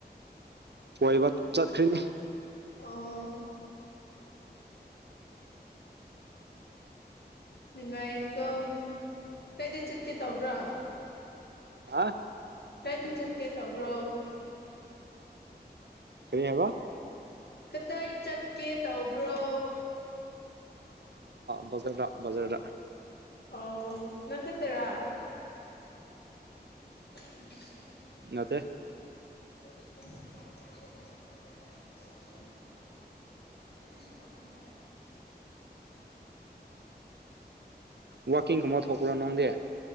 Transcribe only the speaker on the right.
ꯀꯣꯏꯕ ꯆꯠꯈ꯭ꯔꯤꯅꯤ
ꯑ
ꯐꯔꯤ ꯍꯕ
ꯕꯖꯥꯔꯗ ꯕꯖꯔꯗ
ꯃꯠꯇꯦ
ꯋꯥꯛꯀꯤꯡꯒꯨꯝꯕ ꯊꯣꯛꯄ꯭ꯔꯣ ꯅꯪꯗꯦ